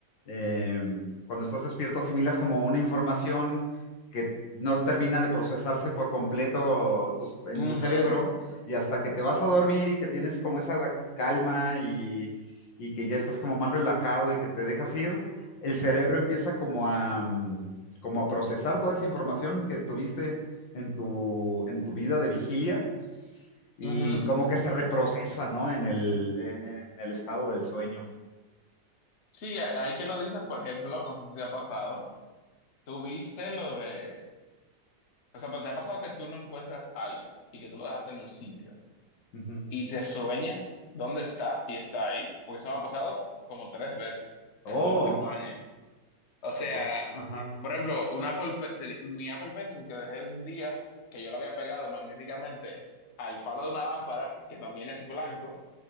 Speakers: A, on the left; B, on the left.
A: Eh, cuando estás despierto asimilas como una información que no termina de procesarse por completo tus- en
B: Ujú,
A: tu cerebro y hasta que te vas a dormir y que tienes como esa calma y, y que ya estás como más relajado y que te dejas ir el cerebro empieza como a, mm, como a procesar toda esa información que tuviste en tu, en tu vida de vigilia y
B: ujú.
A: como que se reprocesa, ¿no? En el, en en el estado del sueño.
B: Sí, a- ahí que lo dices, por ejemplo, no sé si te ha pasado, tuviste lo de O sea, pero te ha pasado que tú no encuentras algo y que tú lo dejaste en un sitio
A: Ujú.
B: y te sueñas dónde está y está ahí, porque eso me ha pasado como tres veces
A: Oh,
B: en el último año. O sea,
A: u- ajá.
B: eh, por ejemplo, un Apple, Pe- te- mi Apple Pencil que dejé un día que yo lo había pegado magnéticamente al palo de una lámpara, que también es blanco,